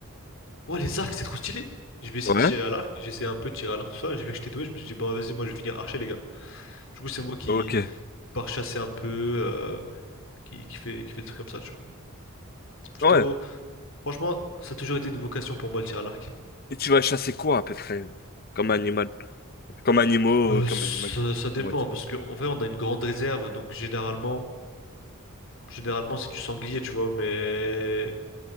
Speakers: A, on the left; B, on the left.
A: ouais, les arcs, c'est trop stylé. Je vais essayer
B: ouais,
A: de tirer à l'arc. J'ai essayé un peu de tirer à l'arc, tout ça. J'ai vu que j'étais doué. Je me suis dit, bon, vas-y, moi, je vais finir archer, les gars. Du coup, c'est moi qui
B: ok.
A: pars chasser un peu. euh, qui, qui fait, qui fait des trucs comme ça, tu vois. C'est plutôt.
B: Ouais.
A: Franchement, ça a toujours été une vocation pour moi le tir à l'arc.
B: Et tu vas chasser quoi à peu près? Comme animal. Comme animaux,
A: Euh,
B: comme
A: ça,
B: animal.
A: ça dépend,
B: Comment dire?
A: parce qu'en vrai, on a une grande réserve, donc généralement, généralement c'est du sanglier, tu vois, mais.